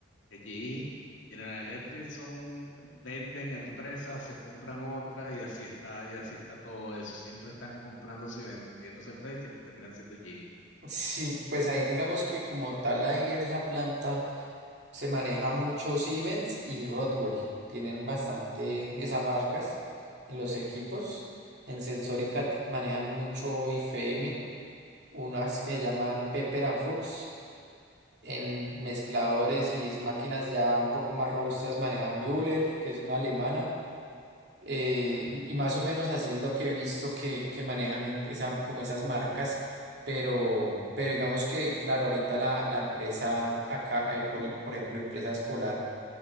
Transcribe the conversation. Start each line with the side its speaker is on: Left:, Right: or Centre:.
Left: que GE, General Electric son, venden empresas, se compran otras y así está, y así está todo eso. Siempre están comprándose y vendiéndose empresas y siempre terminan siendo GE.
Right: sí, pues ahí digamos que como tal ahí en esa planta. Se maneja mucho Siemens y Rodwell. Tienen bastante esas marcas en los equipos. En Sensórica t- manejan mucho IFM, unas que llaman Pepper and Fuchs. En mezcladores y es- máquinas ya un poco más robustas manejan Bühler, que es una alemana. Eh, y más o menos así es lo que he visto que, que manejan en esa- como esas marcas. Pero, pero digamos que, claro, ahorita la, la empresa acá, eh, por, por ejemplo, Empresas Polar